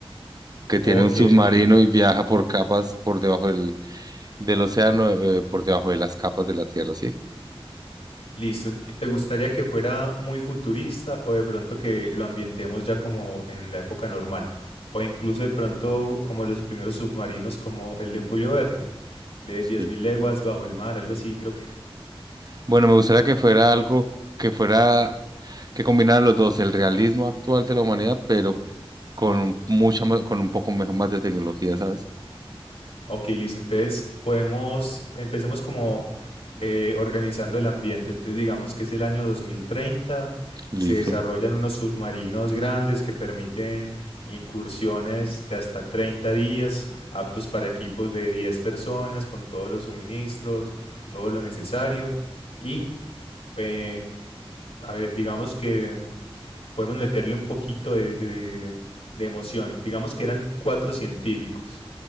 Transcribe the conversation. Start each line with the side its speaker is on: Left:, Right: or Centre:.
Right: Que tiene
Left: Ok,
Right: un submarino
Left: ok.
Right: y viaja por capas por debajo del, del océano, eh, por debajo de las capas de la Tierra, ¿sí?
Left: Listo. ¿y ¿Te gustaría que fuera muy futurista o de pronto que lo ambientemos ya como en la época normal? O incluso de pronto como los primeros submarinos, como el de Julio Verne, de
Right: Sí.
Left: diez mil leguas bajo el mar, algo así, creo que
Right: Bueno, me gustaría que fuera algo que fuera, que combinara los dos, el realismo actual de la humanidad, pero con mucha, ma- con un poco mejor, más de tecnología, ¿sabes?
Left: Ok, listo. Entonces podemos, empecemos como eh, organizando el ambiente. Entonces digamos que es el año 2030
Right: Listo,
Left: y se desarrollan unos submarinos grandes que permiten incursiones de hasta 30 días, aptos para equipos de 10 personas, con todos los suministros, todo lo necesario. Y, eh, a ver, digamos que podemos meterle un poquito de, de de emoción. Digamos que eran cuatro científicos.